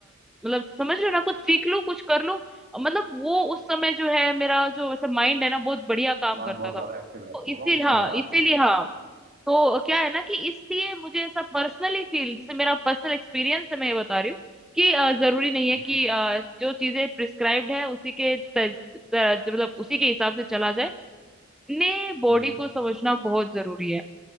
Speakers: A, in the centre; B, on the right (about 45°).
A: मतलब समझ रहे हो ना कुछ सीख लूं कुछ कर लूं मतलब वो उस समय जो है मेरा जो वैसे माइंड है ना बहुत बढ़िया काम
B: दिमाग
A: करता
B: बहुत
A: था
B: ज्यादा एक्टिव
A: तो
B: रहता होगा
A: इसीलिए
B: उस समय
A: हाँ
B: रात
A: इसीलिए
B: के समय
A: हाँ
B: पे
A: तो क्या है ना कि इसलिए मुझे ऐसा पर्सनली फील जैसे मेरा पर्सनल एक्सपीरियंस है मैं ये बता रही हूँ कि अ, जरूरी नहीं है
B: हम्म
A: कि अ, जो चीजें प्रिस्क्राइब्ड है उसी के त- त- मतलब उसी के हिसाब से चला जाए अपने बॉडी
B: हम्म
A: को समझना बहुत जरूरी है